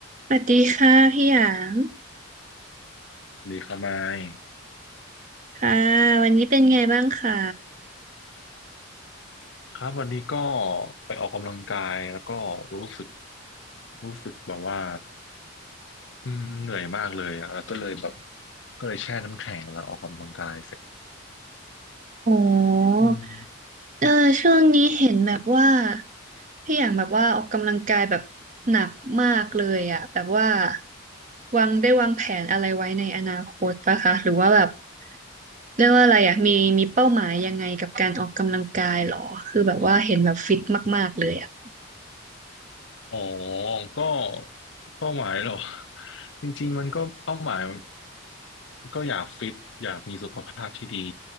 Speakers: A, on the right (about 35°); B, on the left (about 55°).
A: สวัสดีค่ะพี่หยาง
B: ดีครับไมค์
A: ค่ะวันนี้เป็นไงบ้างคะ
B: ครับวันนี้ก็ไปออกกำลังกายแล้วก็รู้สึกรู้สึกแบบว่าอืมเหนื่อยมากเลยอะแล้วก็เลยแบบก็เลยแช่น้ำแข็งแล้วออกกำลังกายเสร็จ
A: โอ้
B: อืม
A: เออช่วงนี้เห็นแบบว่าพี่หยางแบบว่าออกกำลังกายแบบหนักมากเลยอะแบบว่าวางได้วางแผนอะไรไว้ในอนาคตปะคะหรือว่าแบบเรียกว่าอะไรอะมีมีเป้าหมายยังไงกับการออกกำลังกายหรอคือแบบว่าเห็นแบบฟิตมากๆเลยอะ
B: อ๋อก็เป้าหมายเหรอ <laughs> จริงๆมันก็เป้าหมายก็อยากฟิตอยากมีสุขภาพที่ดี